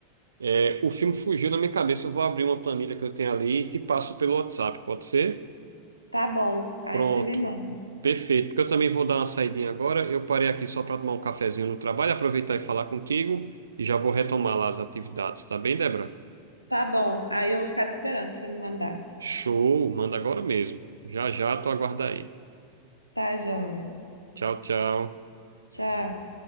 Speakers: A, on the right; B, on the right.
A: é, o filme fugiu da minha cabeça, eu vou abrir uma planilha que eu tenho ali e te passo pelo WhatsApp, pode ser?
B: Tá bom, aí
A: Pronto.
B: você me manda.
A: Perfeito. Porque eu também vou dar uma saidinha agora. Eu parei aqui só para tomar um cafezinho no trabalho, aproveitar e falar contigo e já vou retomar lá as atividades, tá bem, Débora?
B: Tá bom, aí eu vou ficar te esperando você me mandar.
A: Show, manda agora mesmo. Já já, tu aguarda aí.
B: Tá, joia.
A: Tchau, tchau.
B: Tchau.